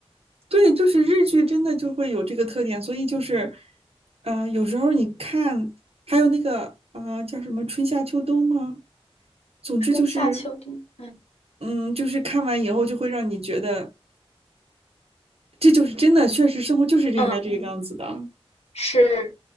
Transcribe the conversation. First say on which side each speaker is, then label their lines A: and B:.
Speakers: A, on the right; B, on the left.
A: 对，就是日剧真的就会有这个特点，所以就是，呃，有时候你看，还有那个啊，呃叫什么春夏秋冬吗？总之就是，
B: 春夏秋冬，嗯
A: 嗯，就是看完以后就会让你觉得，这就是真的，确实生活就是应该这个样子的。
B: 嗯。是，